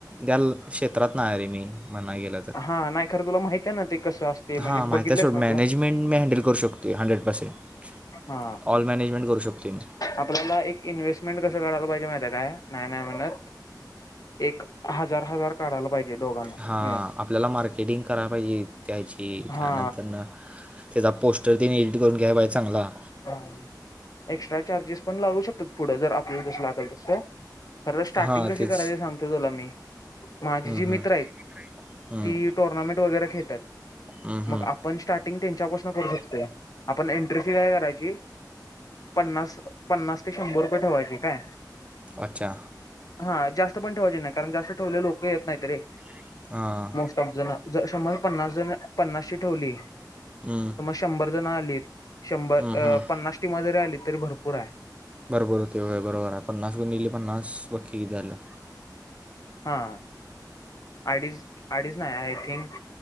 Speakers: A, on the right; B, on the left.
A: त्या क्षेत्रात नाही रे मी म्हण गेलं तर
B: हा नाही खर तुला माहिती आहे ना ते कसं असते म्हणजे
A: हां माहिती
B: बघितलेस
A: आहे सोड
B: ना
A: मॅनेजमेंट
B: तू
A: मी हँडल करू शकतो हंड्रेड पर्सेंट
B: हा
A: ऑल मॅनेजमेंट करू शकतो मी
B: आपल्याला एक इन्व्हेस्टमेंट कसं करायला पाहिजे माहि आहे काय नाही नाही म्हणत एक हजार हजार काढायला पाहिजे दोघांना
A: हां आपल्याला मार्केटिंग करायला पाहिजे त्याची
B: हा
A: त्यानंतरन त्याचा पोस्टर तने एडिट करून घ्या बाई चांगला
B: ह एक्स्ट्रा चार्जेस पण लागू शकतात पुढं जर आपल्याला जस लागेल तस खरं स्टार्टिंग
A: हां
B: कशी
A: तेच
B: करायची सांगतो तुला मी माझी
A: हम्म,
B: जी
A: हम्म,
B: मित्र आहेत
A: हम्म,
B: ती टुर्नामेंट वगैरे खेळतात
A: हम्म,
B: मग
A: हम्म.
B: पण स्टार्टिंग त्यांच्यापासून करू शकतो आपण एंट्री फी काय करायची पन्नास पन्नास ते शंभर रुपये ठेवायचे काय
A: अच्छा
B: हा जास्त पण ठेवायचे नाही कारण जास्त ठेवले लोक येत नाहीत रे
A: हा
B: समजना समज पन्नास ची ठेवली
A: हम्म,
B: शंभर जण आलीत शंभर
A: हम्म,
B: अ
A: हम्म.
B: पन्नास टीमा जरी आली तरी भरपूर आहे
A: बरोबर होतेय बरोबर आहे पन्नास गून दिली पन्नास पक्की झालं
B: हा अडीच अडीच नाही आय थिंक